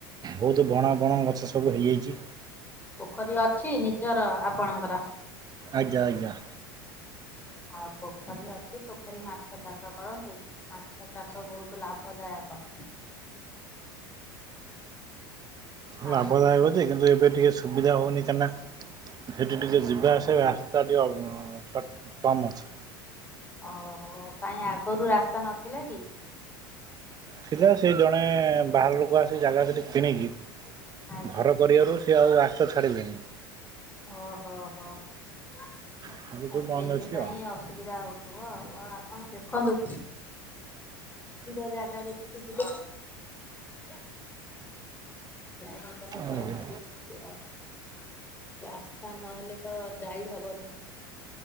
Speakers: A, on the right; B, on the left.
A: ବହୁତ ବଣ ବଣ ଗଛ ସବୁ ହେଇଯାଇଚ଼ି।
B: ପୋଖରୀ ଅଛି ନିଜର ଆପଣଙ୍କର?
A: ଆଜ୍ଞା ଆଜ୍ଞା।
B: ଆଉ ପୋଖରୀ ଅଛି ପୋଖରୀ ମାଛ ଚାଷ କରନ୍ତୁ। ମାଛ ଚାଷ ବହୁତୁ ଲାଭଦାୟକ।
A: ହଉ ଲାଭଦାୟକ
B: ଆଉ ଏଇ
A: ଯେ କିନ୍ତୁ ଏବେ ଟିକେ ସୁବିଧା ହଉନି କାହିଁନା ସେଠି ଟିକେ ଯିବା ଆସିଆ ରାସ୍ତା ଟିକେ ଉଁ ସଟ୍ କମ୍ ଅଛି।
B: ଅହୋ କାଇଁ ଆଗରୁ ରାସ୍ତା ନଥିଲା କି?
A: ଥିଲା ସେ ଜଣେ ବାହାର ଲୋକ ଆସି ଜାଗା ସେଠି କିଣିକି
B: ଆଜ୍ଞା
A: ଘର କରିଆରୁ ସେ ଆଉ ରାସ୍ତା ଛାଡ଼ିଲେନି।
B: ଅହ ହ ଆ
A: ସେଇଠୁ
B: ସେଇଥିପାଇଁ
A: ବନ୍ଦ ଅଛି ଆଉ
B: ଅସୁ ସୁବିଧା ହଉଥୁବ ଆ ଆପଣ ଦେଖନ୍ତୁ। ନିଜ ଜାଗା ଦେଖିକି ଯିବେ। ଯାଇଁକି ଘର ଫର
A: ଆଜ୍ଞା
B: କରିବେ ସେ ଆ ରାସ୍ତା ନହେଲେ ତ ଯାଇ ହବନି।